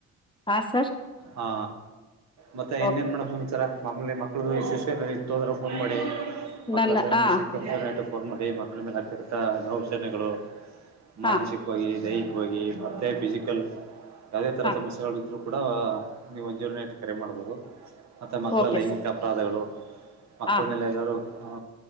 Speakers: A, on the left; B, on the right.
A: ಹಾಂ ಸರ್.
B: ಹಾ ಮತ್ತೆ ಇನ್ನೇನ
A: ಓಕೆ
B: ಮೇಡಮ್
A: ಸರ್
B: ಸಮಚಾರ. ಮಾಮೂಲ ಮಕ್ಕಳಗು ಯಶಸ್ವನ ಇತ್ತು ಅಂದ್ರೆ ಫೋನ್ ಮಾಡಿ ಮಕ್ಕಳ
A: ನನ್ನ
B: ಸಣ್ಣ
A: ಹಾಂ
B: ಸಂ <unintelligible> ಫೋನ್ ಮಾಡಿ ಮಕ್ಕಳ ಮೇಲೆ ಆಗಿತ್ತ ದೌಷನ್ಯಗಳು
A: ಹಾಂ
B: ಮಾನಸಿಕವಾಗಿ ದೈಹಿಕವಾಗಿ ಮತ್ತೆ ಫಿಸಿಕಲ್ ಯಾವದೇ ಥರ
A: ಹಾಂ
B: ಸಮಸ್ಯೆಗಳ ಇದ್ರೂ ಕೂಡ ನೀವ ಒಂಜೂರನೆಟ್ಟ ಕರೆ ಮಾಡ್ಬೋದು ಮತ್ತು ಮಕ್ಕಳ
A: ಓಕೆ
B: ಲೈಂಗಿಕ
A: ಸರ್
B: ಅಪರಾಧಗಳು ಮಕ್ಕಳ
A: ಹಾಂ
B: ಮೇಲೆ ಎಲ್ಲರು ಹ